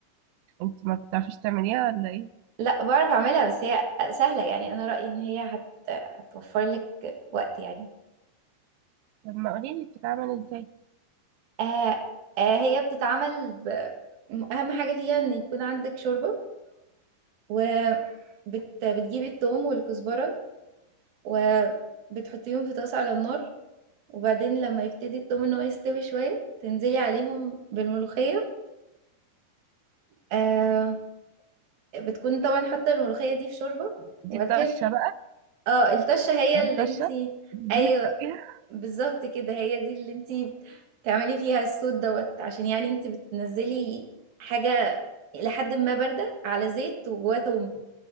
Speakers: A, on the right (about 80°); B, on the right (about 65°).
A: أنت ما بتعرفيش تعمليها ولا إيه؟
B: لا بعرف اعملها بس هي سهلة يعني انا رأيي ان هي هت... هتوفر لك وقت يعني
A: طب ما قوليلي بتتعمل إزاي؟
B: آه آه هي بتتعمل ب... أهم حاجة فيها إن يكون عندك شوربة وبتجيبي التوم والكزبرة وبتحطيهم في طاسة على النار وبعدين لما يبتدي التوم إن هو يستوي شوية تنزلي عليهم بالملوخية آه بتكون طبعا حاطة الملوخية دي في شوربة
A: دي
B: وبعد
A: الطشة
B: كده
A: بقى
B: اه الطشة هي
A: دي
B: اللي
A: الطشة
B: انتي
A: اللي بنسقى
B: أي
A: فيها
B: بالظبط كده هي دي اللي انتي بتعملي فيها الصوت دوت عشان يعني انتي بتنزلي حاجة لحد ما باردة على زيت وجواه توم